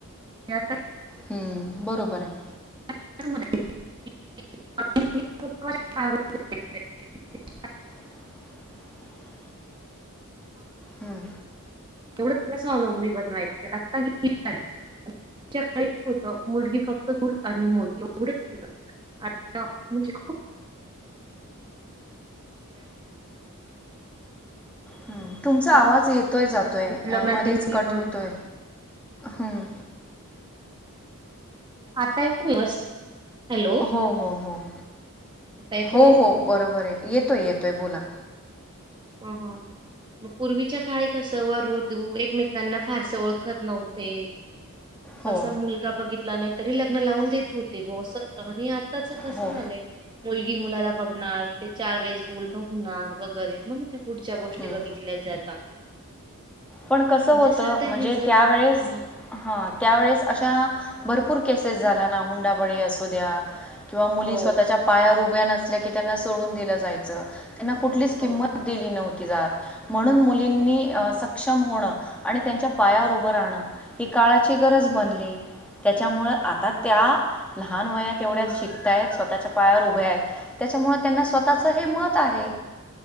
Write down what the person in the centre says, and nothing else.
हम्म बरोबर आहे
<unintelligible> हं,
हम् तुमचा
आवाज येतोय जातोय
मध्येेच
कट होतोय हम
हो हो हो
हो हो बरोबर आहे येतोय येतोय बोला
हो
हो
हं.
पण कस होत
म्हणजे
त्यावेळेस हा त्यावेळेस अशा भरपूर केसेस
झाल्या ना हुंडा बळी असू द्या किंवा मुलीच
स्वतःच्या पायावर उ उभ्या नसल्या की त्यांना सोडून दिलं जायचं त्यांना कुठलीच किंमत
दिली नव्ह जात म्हणून मुलींनी अंस सक्षम होण आणि त्यांच्या पायावर उभं राहणं ही काळाची गरज बनली. त्याच्यामुळं आता त्या लहान वयात तेवढ्या
शिकतायत स्वतःच्या पायावर उभे आहेत त्याच्यामुळे त्यांना स्वतःच हे मत आहे.